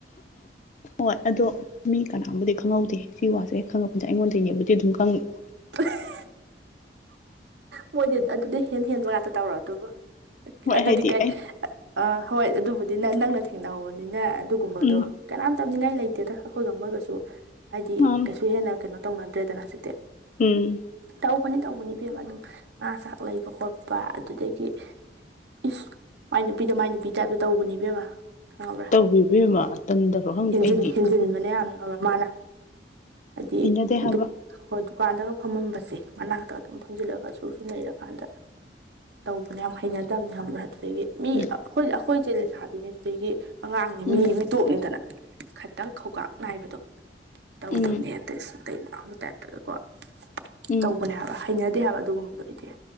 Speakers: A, on the left (about 45°); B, on the right (about 75°).
A: ꯍꯣꯏ ꯑꯗꯣ ꯃꯤ ꯀꯅꯥꯝꯕꯨꯗꯤ ꯈꯪꯍꯧꯗꯦ ꯁꯤ ꯋꯥꯁꯦ ꯍꯦꯛ ꯈꯪꯉꯛꯄꯗ ꯑꯩꯉꯣꯟꯗꯒꯤꯅꯦꯕꯨꯗꯤ ꯑꯗꯨꯝ ꯈꯪꯅꯤ
B: <unintelligible> ꯃꯣꯏꯗꯤ ꯑꯗꯨꯗꯤ ꯍꯦꯟ ꯍꯦꯟꯕ ꯉꯥꯛꯇ ꯇꯧꯔꯣ ꯑꯗꯨꯕꯨ
A: ꯍꯣꯏ
B: ꯑꯗꯨꯗꯤ
A: ꯍꯥꯏꯗꯤ
B: ꯀꯩ
A: ꯑꯩ
B: ꯑꯥ ꯍꯣꯏ ꯑꯗꯨꯕꯨꯗꯤ ꯅꯪ ꯅꯪꯅ ꯊꯦꯡꯅꯍꯧꯕꯅꯤꯅ ꯑꯗꯨꯒꯨꯝꯕꯗꯣ
A: ꯎꯝ
B: ꯀꯅꯥꯝ ꯇꯝꯅꯤꯡꯉꯥꯏ ꯂꯩꯇꯦꯗ ꯑꯩꯈꯣꯏꯒ ꯃꯣꯏꯒꯁꯨ ꯍꯥꯏꯗꯤ
A: ꯎꯝ
B: ꯀꯩꯁꯨ ꯍꯦꯟꯅ ꯀꯩꯅꯣ ꯇꯧꯅꯗ꯭ꯔꯦꯗꯅ ꯍꯧꯖꯤꯛꯇꯤ
A: ꯎꯝ
B: ꯇꯧꯕꯅꯤ ꯇꯧꯕꯅꯤ ꯐꯤ ꯑꯃ ꯑꯗꯨꯝ ꯉꯥ ꯆꯥꯛ ꯂꯩꯕ ꯈꯣꯠꯄ ꯑꯗꯨꯗꯒꯤ ꯏꯁ ꯃꯥꯏ ꯅꯨꯄꯤꯗ ꯃꯥꯏ ꯅꯨꯄꯤ ꯇꯥꯏꯞꯇ ꯇꯧꯕꯅꯦꯕꯦꯝꯕ ꯈꯥꯎꯕ꯭ꯔꯥꯦꯟꯟ
A: ꯇꯧꯋꯦ ꯏꯕꯦꯝꯃ ꯇꯟꯗꯕ꯭ꯔꯣ ꯈꯪꯗꯦ ꯑꯩꯗꯤ
B: ꯍꯦꯟꯖꯤꯟꯕꯅꯦ ꯌꯥꯝ ꯉꯥꯎꯕ꯭ꯔꯥ ꯃꯥꯅ ꯍꯥꯏꯗꯤ
A: ꯍꯩꯅꯗꯦ ꯍꯥꯏꯕ
B: ꯍꯣꯏ ꯗꯨꯀꯥꯟꯗꯒ ꯐꯝꯃꯝꯕꯁꯦ ꯃꯅꯥꯛꯇ ꯑꯗꯨꯝ ꯐꯝꯖꯤꯜꯂꯒꯁꯨ ꯁꯨ ꯁ ꯂꯩꯩꯔꯀꯥꯟꯗ ꯇꯧꯕꯅꯦ ꯌꯥꯝ ꯍꯩꯅꯗꯕꯅꯤ ꯈꯕ꯭ꯔꯥ ꯑꯗꯒꯤ ꯃꯤ
A: ꯎꯝ
B: ꯑꯩꯈꯣꯏ ꯑꯩꯈꯣꯏ ꯆꯦꯂ ꯁꯥꯕꯤꯅꯔꯤ ꯑꯗꯒꯤ ꯑꯉꯥꯡꯅꯤ
A: ꯎꯝ
B: ꯃꯤ ꯃꯤꯇꯣꯞꯅꯤꯗꯅ ꯈꯤꯇꯪ ꯈꯧꯒꯥꯛ ꯅꯥꯏꯕꯗꯣ ꯇꯧꯗꯕꯅꯦ
A: ꯎꯝ
B: ꯍꯦꯛꯇ ꯁ ꯑꯇꯩ ꯃꯅꯥꯎꯒꯤ ꯇꯥꯏꯞꯇꯒꯀꯣ
A: ꯎꯝ
B: ꯇꯧꯕꯅꯦ ꯍꯥꯏꯕ ꯍꯩꯅꯗꯦ ꯍꯥꯏꯕ ꯑꯗꯨꯒꯨꯝꯕꯗꯣ ꯑꯩꯗꯤ